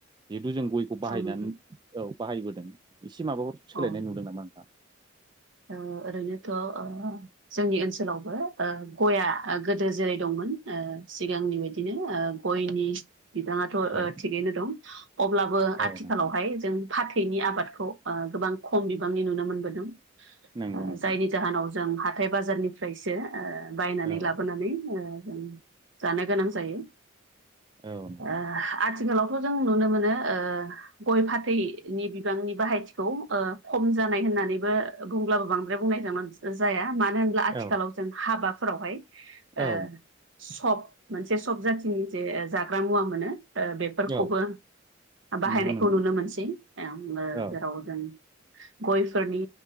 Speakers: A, on the right (about 20°); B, on the right (about 60°).
A: जिहेतु जों गयखौ बाहायनानै
B: नोंथां
A: औ बाहायबोदों इसे माबाफोर
B: अ
A: सोलायनाय नुदों नामा नोंथां
B: औ ओरैनोथ' ओ औ जोंनि ओनसोलावबो ओ गया गोदो जेरै दंमोन ओ सिगांनि बायदिनो ओ गयनि। बिबाङाथ'
A: औ
B: थिगैनो दं अब्लाबो
A: औ
B: आथिखालावहाय
A: नोंथां
B: जों फाथैनि आबादखौ ओ गोबां खम बिबांनि नुनो मोनबोदों
A: नंगौ
B: ओ
A: नोंथां
B: जायनि जाहोनाव जों हाथाय बाजारनि फ्रायसो ओ बायनानै
A: औ
B: लाबोनानै ओ जों जानो गोनां जायो।
A: औ नोंथां
B: ओ आथिखालाव खौ जों नुनो मोनो ओ गय फाथैनि बिबांनि बाहायथि। खौ ओ खम जानाय होननानैबो बुंब्लाबो बांद्राय बुंनाय जामोन जाया मानो होन ब्ला आथिखालाव
A: औ
B: जों हाबाफोरावहाय ओ
A: औ
B: सब मोनसे सब जाथिनि जे जाग्रा मुवा मोनो। ओ बेफोरखौबो
A: औ
B: बाहायनायखौ
A: नंगौ नंगौ
B: नुनो मोनसै एव बो
A: औ
B: जेराव जों। गयफोरनि